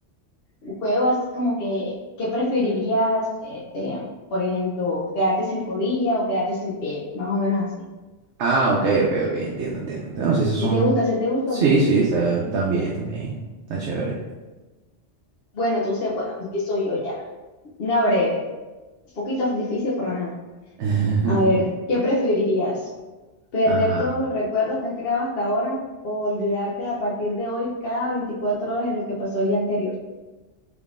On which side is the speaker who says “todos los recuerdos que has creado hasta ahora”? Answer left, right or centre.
Left